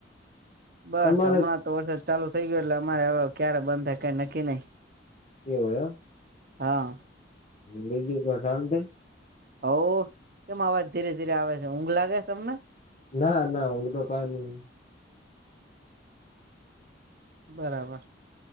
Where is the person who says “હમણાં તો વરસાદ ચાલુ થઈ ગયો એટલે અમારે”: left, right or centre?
Right